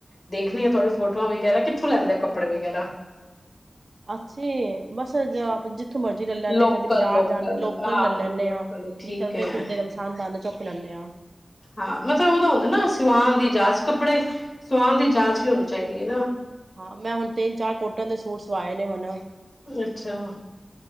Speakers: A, on the left (about 45°); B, on the right (about 65°).
A: ਦੇਖਣੀ ਆ ਤੁਹਾਡੀ ਫੋਟੋਆਂ ਵਗ਼ੈਰਾ ਕਿੱਥੋਂ ਲੈਂਦੇ ਕੱਪੜੇ ਵਗੈਰਾ
B: ਅੱਛੀ ਬਸ ਆਪ ਜ ਜਿਥੇ ਮਰਜ਼ੀ ਲੈ ਲੈਂਲੇ
A: ਲੋਕਲ
B: ਆ ਕਦੇ ਬਾਜ਼ਾਰ ਜਾ ਲੋਕਲ
A: ਹਾਂ
B: ਲੈ ਲੇਨੇ
A: ਲੋਕਲ
B: ਆ
A: ਠੀਕ
B: ਜੇ ਚਲਦੇ
A: ਹੈ
B: ਫਿਰਦੇ ਪਸੰਦ ਆਂਦੇ ਖ ਲੈਂਨੇ ਆਂ।
A: ਹਾਂ ਮਤਲਬ ਉਹਦਾ ਹੁੰਦਾ ਨਾ ਸਿਵਾਨ ਦੀ ਜਾਚ ਕੱਪੜੇ ਸਵਾਣ ਦੀ ਜਾਂਚ ਵੀ ਹੋਣੀ ਚਾਹੀਦੀ ਹੈ ਨਾ,
B: ਹਾਂ ਮੈਂ ਹੁਣ ਤਿੰਨ ਚਾਰ ਕੋਟਨ ਦੇ ਸੂਟ ਸਵਾਏ ਨੇ ਹੁਣ
A: ਅੱਛਾ,